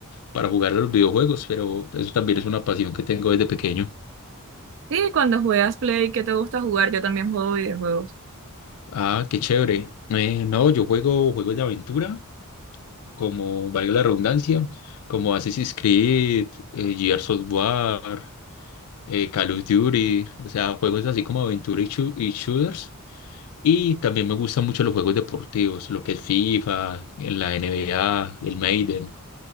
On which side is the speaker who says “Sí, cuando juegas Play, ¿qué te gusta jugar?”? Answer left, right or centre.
Right